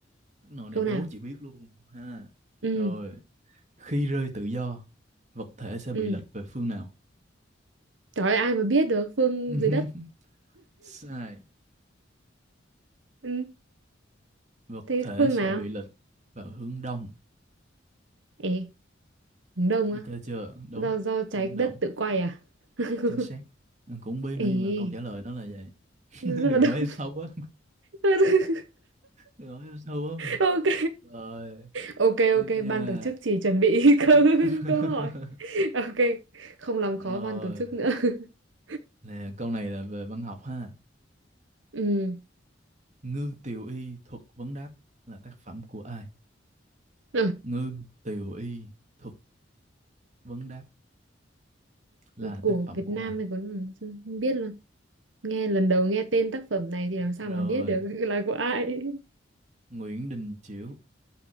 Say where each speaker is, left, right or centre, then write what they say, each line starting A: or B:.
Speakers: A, on the right; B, on the right.
A: nội này
B: Câu
A: đố
B: nào?
A: chị biết luôn ha
B: Ừ,
A: rồi khi rơi tự do vật thể sẽ
B: ừ.
A: bị lệch về phương nào
B: Trời ơi, ai mà biết được phương
A: <laughs>
B: dưới đất.
A: sai
B: Ừ,
A: vật
B: thế
A: thể
B: phương
A: sẽ
B: nào?
A: bị lệch vào hướng đông
B: Ê, hướng đông á.
A: ok chưa đúng
B: do do trái
A: hướng
B: đất
A: đông
B: tự quay à <laughs>
A: chính xác Anh cũng không biết nữa
B: ê
A: nhưng mà câu trả lời nó là vậy
B: rất
A: <laughs> đừng
B: là đông
A: hỏi em sâu quá
B: <laughs>
A: đừng hỏi em sâu quá mà
B: ok
A: rồi
B: ok
A: tiếp
B: ok
A: nha
B: ban tổ chức chỉ chuẩn bị
A: <laughs>
B: <laughs> câu câu hỏi ok không làm
A: Rồi,
B: khó ban tổ chức nữa <laughs>
A: nè, câu này là về văn học ha.
B: ừ.
A: Ngư Tiều Y thuật vấn đáp là tác phẩm của ai?
B: ừ.
A: Ngư Tiều Y thuật vấn đáp là
B: của
A: tác phẩm
B: Việt
A: của
B: Nam
A: ai?
B: mình còn không biết luôn nghe lần đầu nghe tên tác phẩm này thì làm sao
A: Rồi,
B: mà biết được <laughs> là của ai
A: Nguyễn Đình Chiểu.